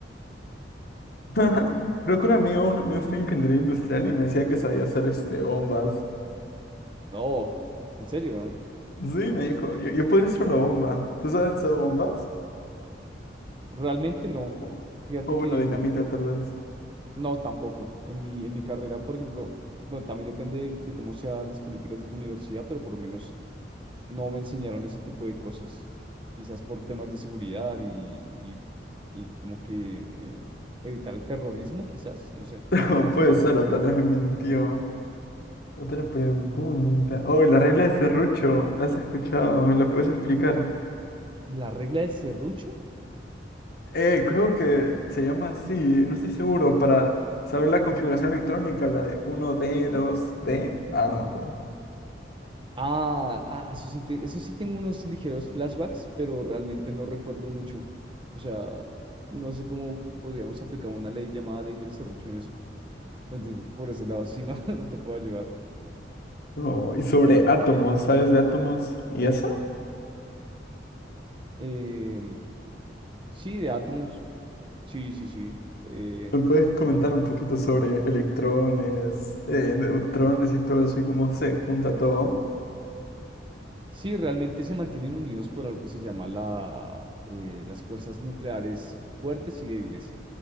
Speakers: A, on the left (about 60°); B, on the right (about 30°).
A: <laughs> Creo que un amigo, un amigo estudia ingeniería industrial y me decía que sabía hacer este, bombas.
B: No, en serio,
A: Sí, me dijo, yo, yo podría hacer una bomba. ¿Tú sabes hacer bombas?
B: realmente no.
A: O,
B: Fíjate
A: o bueno,
B: que
A: dinamita
B: en-
A: tal vez.
B: no, tampoco. En mi, en mi carrera, por ejemplo, bueno, también depende de, de cómo sean las políticas de tu universidad, pero por lo menos no me enseñaron ese tipo de cosas. Quizás por temas de seguridad y, y, y como que eh, evitar el terrorismo, quizás, no sé.
A: <laughs> O puede ser, o tal vez me mintió. Otra pregunta. Oh, la regla de serrucho. ¿La has escuchado? ¿Me la puedes explicar?
B: La regla del serrucho.
A: Eh, creo que se llama así, no estoy seguro, para saber la configuración electrónica, la de uno d dos d Ah, no me acuerdo.
B: Ah, ah, eso sí, te- eso sí tengo unos ligeros flashbacks, pero realmente no recuerdo mucho. O sea, no sé cómo podríamos aplicar una ley llamada ley del serrucho en eso. Entonces, por ese lado, sí, no, <laughs> no te puedo ayudar.
A: no y sobre átomos, ¿sabes de átomos? Y eso
B: Em, sí, de átomos, sí, sí, sí. Eh,
A: ¿Me puedes comentar un poquito sobre electrones, eh, neutrones y todo eso y cómo se junta todo?
B: sí, realmente se mantienen unidos por algo que se llama la, eh, las fuerzas nucleares fuertes y débiles.